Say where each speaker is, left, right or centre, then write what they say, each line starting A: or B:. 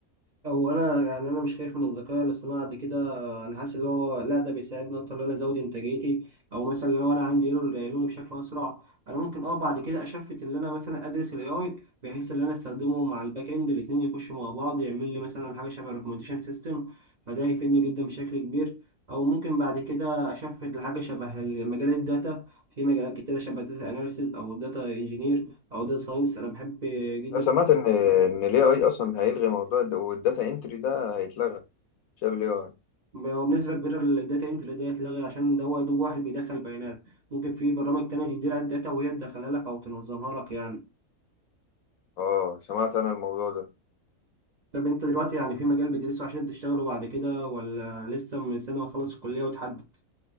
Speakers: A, on the right (about 45°); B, on the left (about 75°).
A: هو انا يعني انا مش خايف من الذكاء الاصطناعي قد كده انا حاسس ان هو لا ده بيساعدني اكتر ان انا ازود انتاجيتي او مثلا لو انا عندي ايرور يلاقوني بشكل اسرع انا ممكن اه بعد كده اشفت ان انا مثلا ادرس الاي اي بحيث ان انا استخدمه مع الباك اند الاتنين يخشوا مع بعض يعمل لي مثلا حاجه شبه ريكومنديشن سيستم فده هيفيدني جدا بشكل كبير او ممكن بعد كده اشفت لحاجه شبه مجال الداتا في مجالات كتيره شبه داتا اناليسيز او داتا انجينير او داتا ساينس انا بحب جدا
B: أنا سمعت إن إن ال AI أصلا هيلغي موضوع الد- والداتا انتري ده هيتلغى بسبب ال AI
A: هو بنسبة كبيرة الداتا انتر دي هتلغي عشان ده هو يا دوب واحد بيدخل بيانات ممكن في برامج تانية تدي لها الداتا وهي تدخلها لك أو تنظمها لك يعني
B: اه سمعت انا الموضوع ده
A: طب انت دلوقتي يعني في مجال بتدرسه عشان تشتغله بعد كده ولا لسه مستني ما تخلص الكلية وتحدد؟